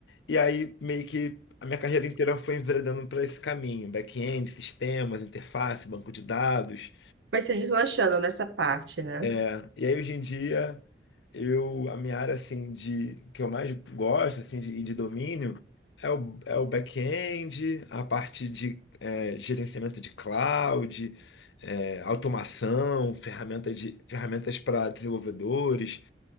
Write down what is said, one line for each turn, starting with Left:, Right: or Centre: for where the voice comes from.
Left: E aí meio que a minha carreira inteira foi enveredando para esse caminho, back-end, sistemas, interface, banco de dados.
Right: Vai se deslanchando nessa parte, né?
Left: É, e aí hoje em dia eu a minha área assim de que eu mais gosto assim de, e de domínio é o, é o back-end, a parte de é, gerenciamento de cloud, é, automação, ferramenta de, ferramentas para desenvolvedores,